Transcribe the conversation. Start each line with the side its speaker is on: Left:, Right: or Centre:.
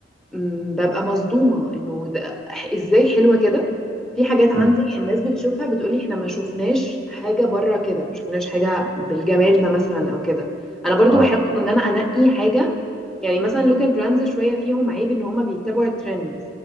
Centre: مم، ببقى صدومة انه ده- ازاي حلوة كده في حاجات عندي
Right: مم.
Centre: الناس بتشوفها بتقولي احنا ما شفناش حاجة بره كده ما شفناش حاجة بالجمال ده مثلا او كده انا برضو
Right: اه
Centre: بحاول
Right: اه
Centre: ان انا انقي حاجة يعني مثلا لوكال براندز شوية فيهم عيب ان هما بيتبعوا الترند